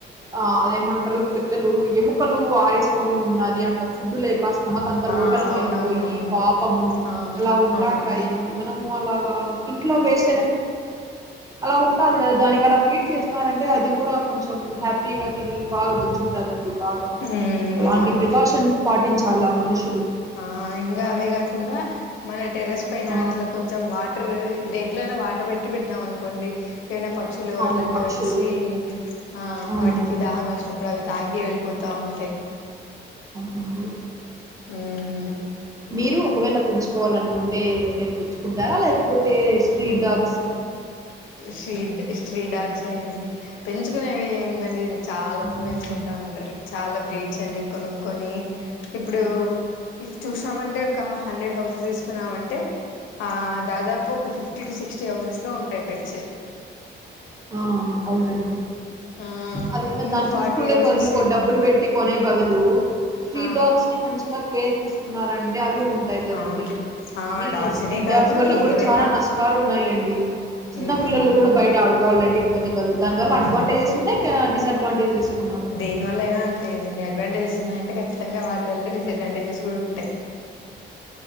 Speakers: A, on the right; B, on the left.
A: ఆ అదేమంటరు పెద్దలు ఎము మక్కలు ఆరేసుకొని ఉన్నాది అంట ఫుడ్ లేక స్టమక్ అంత
B: ఆ
A: లోపలికి
B: అవునవునవునవును
A: ఎళ్ళిపోయి అవి
B: ఆ
A: అలా ఉంటంటాయి
B: అవును
A: మనము అలాగా ఇంట్లో వేస్ అలా ఉంటది కదా దానికి అలా ఫీట్ చేసినారంటే అది కూడా కొంచెం హ్యాపీగా తిని బాగాద్ కదండి బాగా
B: ఉమ్
A: అలాంటి
B: అవును
A: ప్రికాషన్స్ పాటించ చాలా మనిషి కి
B: ఆ ఇంగ అవేగ కుండా మన టెర్రస్ పైన
A: ఆ!
B: అట్లా కొంచెం వాటర్రు దేంట్లోనో వాటర్ పెట్టి పెట్టినాం అనుకోండి ఏమైనా పక్షులు
A: అవును.
B: అట్లాంటివి
A: పక్షులు.
B: వచ్చి ఆ
A: అవునవునవునండి.
B: వాటికి దాహం వేసినప్పుడు అవి తాగి అ వెళ్ళిపోతా ఉంటాయి
A: అవునండీ
B: మ్
A: మీరు ఒకవేళ పెంచుకోవాల అనుకుంటు అతే మీరు పెంచుకుంటారా లేకపోతే స్ట్రీట్ డాగ్స్
B: శ్రీ శ్రీడాక్షస్ అండి పెంచు. కునేవి ఏముందండి
A: అవును.
B: చాలా
A: హ్మ్.
B: మంది పెంచుకుంటా ఉంటారు చాలా బ్రీచ్ అన్ని కొనుక్కక్కొని ఇప్పుడు ఇఫ్ చూసినామంటే ఒక హండ్రెడ్ హౌసెస్ తీసుకున్నామంటే ఆ దాదాపు ఒక ఫిఫ్టీ టు సిక్స్టీ హౌసెస్ లో ఉంటాయి పెచ్చ
A: ఆ అవునండి
B: ఆ
A: అదేంట
B: ఇంకా
A: దాన్ని
B: ఫార్టీ
A: చూసుకునే
B: హౌసెస్
A: బదులు డబ్బులు పెట్టి కొనే బదులు స్ట్రీట్
B: ఆ
A: డాగ్స్ న మంచిగా కేర్ తీసుకున్నారండి అవి ఉంటాయి కదండి
B: అవును ఆ
A: అని
B: డాగ్స్
A: స్ట్రీట్
B: అనే కాదు
A: డాగ్స్ వల్ల కూడా
B: ఏవైనా
A: చాలా నష్టాలు ఉన్నాయిలేండి అ చిన్న
B: ఉమ్
A: పిల్లలు కూడా బయట ఆడుకు కోలెంటి ఎకలు దాని వల్ల
B: అవునవును
A: అడ్వాంటేజెస్ ఉన్నాయి డిసడ్వాంటేజెస్ ఉన్నాయండి
B: దేని వల్ల అయినా అంతేదండి అడ్వాంటేజెస్ ఉన్నాడి ఖచ్చితంగా వాటి వల్ల డిసడ్వాంటేజెస్ కూడా ఉంటాయి